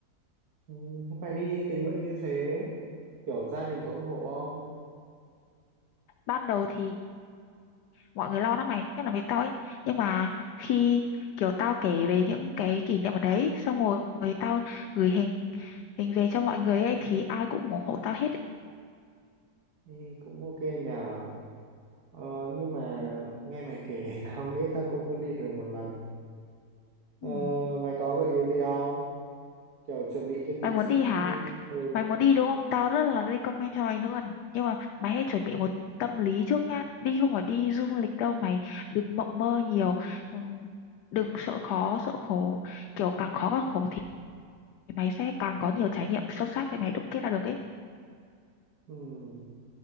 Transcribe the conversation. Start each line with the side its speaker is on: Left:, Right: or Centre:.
Right: Ừm, Thế mày đi tình nguyện như thế kiểu gia đình có ủng hộ không?
Left: ban đầu thì mọi người lo lắm mày nhất là với tao ấy nhưng mà khi kiểu tao kể về những cái kỷ niệm ở đấy xong rồi tao gửi hình hình về cho mọi người ấy thì ai cũng ủng hộ tao hết
Right: Đi cũng ok nhờ. Ờ, nhưng mà nghe mày kể <laughs> tao nghĩ tao cũng muốn đi thử một lần. Ờ,
Left: Ừ.
Right: mày có gợi ý gì không? kiểu chuẩn bị cái gì
Left: mày muốn
Right: trước
Left: đi hả
Right: khi đi ừ,
Left: mày muốn đi đúng không tao rất là recommend cho mày luôn nhưng mà mày hãy chuẩn bị một tâm lý trước nhá đi không phải đi du lịch đâu mày đừng mộng mơ nhiều Ừm, đừng sợ khó sợ khổ kiểu càng khó càng khổ thì mày sẽ càng có nhiều trải nghiệm sâu sắc để mày đúc kết ra được ấy
Right: ừ,